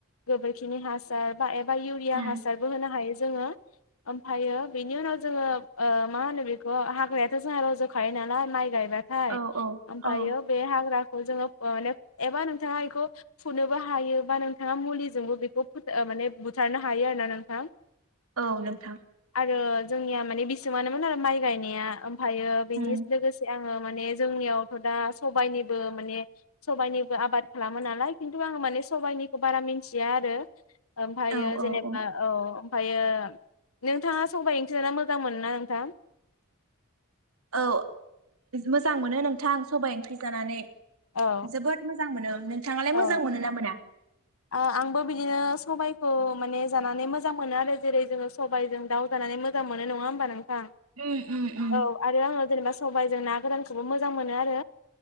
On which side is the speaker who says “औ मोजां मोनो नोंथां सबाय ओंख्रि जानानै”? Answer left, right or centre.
Right